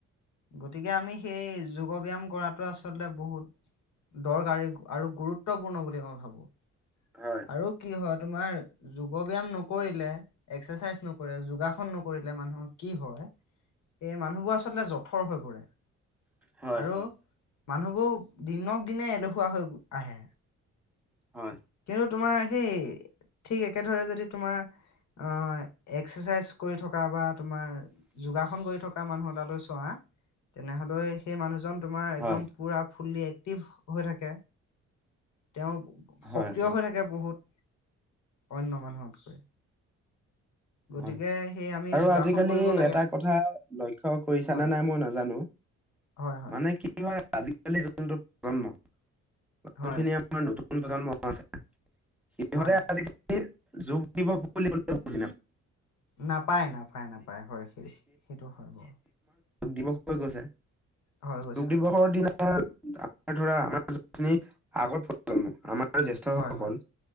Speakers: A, on the left; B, in the centre.
A: গতিকে আমি সেই যোগ' ব্যায়াম কৰাটো আচলতে বহুত দৰকাৰী আৰু গুৰুত্বপূৰ্ণ বুলি মই ভাবো।
B: হয়
A: আৰু কি হয় তোমাৰ যোগ' ব্যায়াম নকৰিলে এক্সাৰচাইজ নকৰে, যোগাসন নকৰিলে মানুহৰ কি হয়। এই মানুহবোৰ আচলতে জঠৰ হৈ পৰে।
B: হয়
A: আৰু
B: হয়।
A: মানুহবোৰ দিনক দিনে এলেহোৱা হৈ আহে।
B: হয়।
A: কিন্তু তোমাৰ সেই ঠিক একেদৰে যদি তোমাৰ, আহ এক্সাৰচাইজ কৰি থকা বা তোমাৰ যোগাসন কৰি থকা মানুহ এটালৈ চোৱা, তেনেহলে সেই মানুহজন তোমাৰ একদম
B: হয়
A: পুৰা ফুল্লি একটিভ হৈ থাকে। তেওঁ
B: হয়
A: সক্ৰিয়
B: হয়
A: হৈ থাকে বহুত। অন্য মানুহতকৈ। গতিকে
B: হয়
A: সেই আমি
B: আৰু
A: যোগাসন
B: আজিকালি
A: কৰিব লাগে
B: এটা কথা লক্ষ্য কৰিছানে
A: হয়
B: নাই মই নাজানো,
A: হয় হয়
B: মানে কি হয় আজিকালি যুনটো প্ৰজন্ম
A: হয়
B: খিনি আমাৰ নতুন টুন প্ৰজন্ম আছে। সিহঁতে
A: হয়
B: আজি লি যোগ দিৱস বুলি ক'লেও বুজি নাপাই।
A: নাপায় নাপায় নাপায়, হয় সেই সেইটো হয় বাৰু।
B: দিব কিয় গৈছে?
A: হয় গৈছে
B: যোগ দিৱসৰ
A: হয়
B: দিনা আম ধৰা আমাৰ আগৰ প্ৰজন্ম আমাৰ। জ্যেষ্ঠসকল
A: হয় হয়